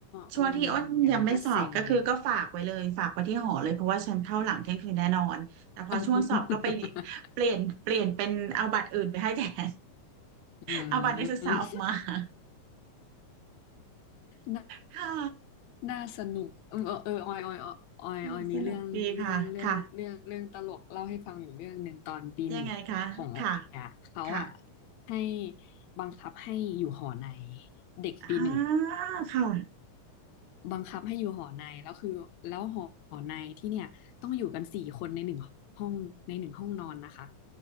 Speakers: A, on the right; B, on the left.
A: ช่วงที่อ้นยังไม่สอบก็คือก็ฝากไว้เลยฝากไว้ที่หอเลยเพราะว่าฉันเข้าหลังเที่ยงคืนแน่นอนแต่พอช่วงสอบก็ไป
B: อืมอย่างนั้นก็เซ็งเลย <laughs>
A: เปลี่ยนเปลี่ยนเป็นเอาบัตรอื่นไปให้แทน
B: อื
A: เอาบัตรนักศึกษาออกมา
B: ม
A: <laughs>
B: น่า
A: ค่ะ
B: น่าสนุกเออเออออยออยออยออยออยมีเรื่องเรื่องเรื่องเรื่องเรื่องตลกเล่าให้ฟังอยู่เรื่องหนึ่งตอนปีหนึ่งของออยอะเขาอะ
A: อืมสนุกดีค่ะค่ะยังไงคะค่ะค่ะ
B: ให้บังคับให้อยู่หอในเด็กปีหนึ่ง
A: อ่าค่ะ
B: บังคับให้อยู่หอในแล้วคือแล้วหอหอในที่เนี่ยต้องอยู่กันสี่คนในหนึ่งห้องในหนึ่งห้องนอนนะคะ